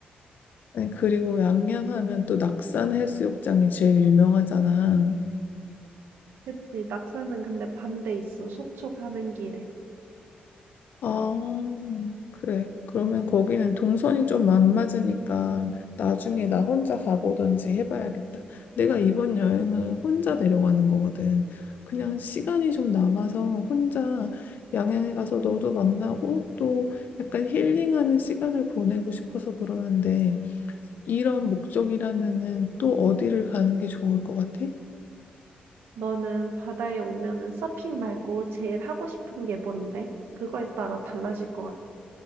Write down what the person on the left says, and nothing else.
아니, 그리고 양양 하면 또 낙산 해수욕장이 제일 유명하잖아.
아, 그래. 그러면 거기는 동선이 좀 안 맞으니까 나중에 나 혼자 가보던지 해봐야겠다. 내가 이번 여행을 혼자 내려가는 거거든. 그냥 시간이 좀 남아서 혼자 양양에 가서 너도 만나고 또 약간 힐링하는 시간을 보내고 싶어서 그러는데 이런 목적이라면은 또 어디를 가는 게 좋을 것 같아?